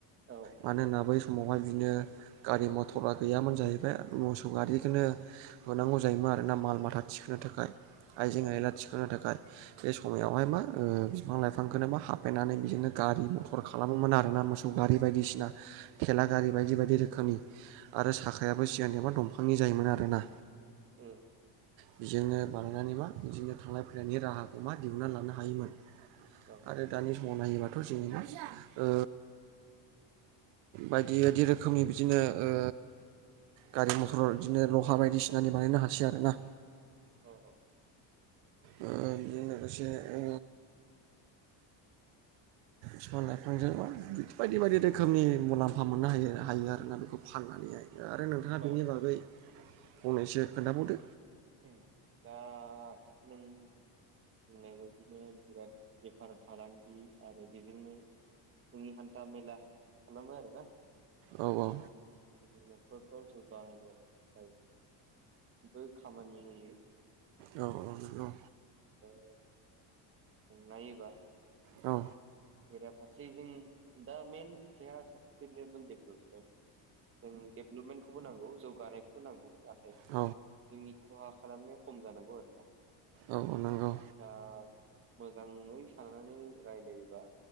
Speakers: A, on the right (about 30°); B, on the right (about 80°).
A: औ
B: मानो होना बै समावहाय बिदिनो गारि मथरा गैयामोन जाहैबाय मोसौ गारिजोंनो होनांगौ जायोमोन आरो ना माल माथा थिखोनो थाखाय आइजें
A: औ
B: आयला थिखोनो थाखाय बे समायावहाय मा ओ बिफां लाइफांखौनो बा हाफायनानै बिजोंनो गारि मथर खालामोमोन आरो ना मोसौ गारि बायदिसिना थेला गारि बायदि बायदि रोखोमनि आरो साखायाबो सिगांनिया दंफांनि जा योमोन आरोना।
A: उम
B: बेजोंनो बानायनानै मा बिदिनो थांलाय फैलायनि राहाखौ मा दिहुनना लानो हायोमोन।
A: औ
B: आरो दानि समाव नायोबाथ' जोङो ओ बायदि बायदि रोखोमनि बिदिनो ओ गारि मथर बिदिनो लहा बायदिसिनानि बानायनो हासै आरोना
A: औ औ
B: ओ बिजों लोगोसे ओ फिफां लाइफांजों <unintelligible> बायदि बायदि रोखोमनि मुलाम्फा मोननो हायो हायो आरोना बेखौ फाननानैहाय। आरो नोंथाङा
A: औ
B: बिनि
A: औ
B: बागै फंनैसो खोनथाबावदो।
A: औ दा नों होननाय बायदिनो बिराद बेफार फालांगि आरो बेजोंनो <unintelligible> हान्टा मेला खालामो आरो ना
B: औ औ
A: जोंनि न'खरखौ जौगाहोनो थाखायबो खामानि होयो।
B: औ औ औ
A: <unintelligible> नायोबा
B: औ
A: बेरा फारसेजों दा मेइन खोथाया सास्टेनबोल डेभेलपमेन्ट। जों डेभेलपमेन्टखौबो नांगौ जौगानायखौबो नांगौ नाथाय
B: औ
A: जोंनि खहा खालामनाया खम जानांगौ आरोना।
B: औ नंगौ
A: दा मोजाङै साननानै रायलायोबा